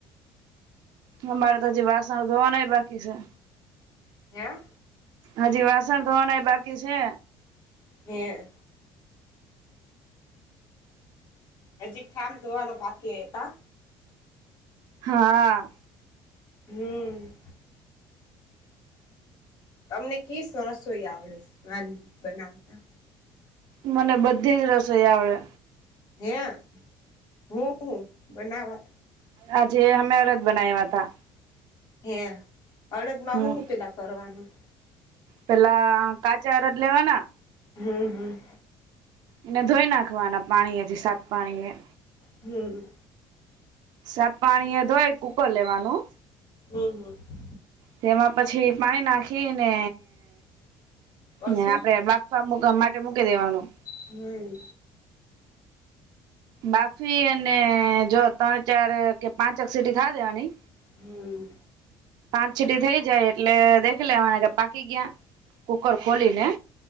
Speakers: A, on the right; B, on the left.
A: અમારે તો હજી વાસણ ધોવાનાય બાકી છે.
B: હે?
A: હજી વાસણ ધોવાના એ બાકી છે.
B: હે. હજી ઠામ ધોવાનું બાકી હોય, કા?
A: હા.
B: હમ્મ. તમને કી સરસોઈ આવડે સ વાનગી બનાવતા?
A: મને બધી જ રસોઈ આવડે.
B: હે, હું બનાવાત.
A: આજે અમે અડદ બનાયવા તા.
B: હે, અડદ માં
A: હમ
B: હું હું પેલા કરવાનું?
A: પેલા કાચા અડદ લેવાના.
B: હમ્મ, હમ્મ.
A: એને ધોઈ નાખવાના પાણી એથી સાફ પાણી એ.
B: હમ્મ.
A: સાફ પાણી એ થી ધોઈ કુકર લેવાનું.
B: હમ્મ, હમ્મ.
A: તેમાં પછી પાણી નાખી ને
B: હમ
A: ને આપણે બાફ બફુગા માટે મૂકી દેવાનું.
B: હમ્મ.
A: બાફી અને જો ત્રણ ચાર કે પાંચક સીટી થવા દેવાની.
B: હમ્મ.
A: પાંચ સીટી થઈ જાય એટલે દેખી લેવાને કે પાકી ગયા કુકર ખોલી ને.